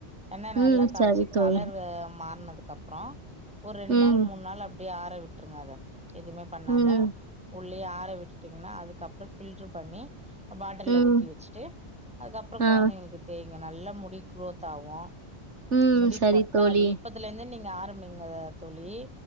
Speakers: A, in the centre; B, on the right (about 80°).
A: எண்ண நல்லா
B: ம்
A: காச்சி
B: சரி தோழி
A: கலரு மாறுனதுக்கப்றொ ஒரு ரெண்ட்
B: ம்
A: நாள் மூண் நாள் அ ப்படியே ஆற விட்ருங்க அத எதுவ்மே பண்ணாம
B: ம்
A: உள்ளயே ஆற விட்டுட்டீங்கன்னா அதுக்கப்றொ ஃபில்ட்ரு பண்ணி ட்டல்ல
B: ம்
A: ஊத்தி வெச்சுட்டு அது அப்றொ கொழந்தைங்களுக்கு
B: ஆ
A: தேய்ங்க நல்லா முடி குரோத் ஆகு
B: ம்
A: முடி
B: சரி
A: கொட்டாது
B: தோழி
A: இப்பதுலேந்தே நீங்க ஆரம்பிங்க தோழி